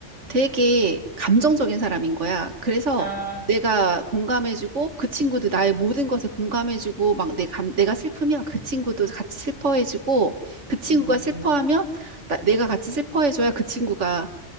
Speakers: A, on the left; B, on the right.
A: 음.
B: 되게 감정적인 사람인 거야. 그래서
A: 아,
B: 내가 공감해주고 그 친구도 나의 모든 것에 공감해주고 막 내 감, 내가 슬프면 그 친구도 같이 슬퍼해주고 그 친구가
A: 음,
B: 슬퍼하면
A: 음.
B: 나- 내가 같이 슬퍼해줘야 그 친구가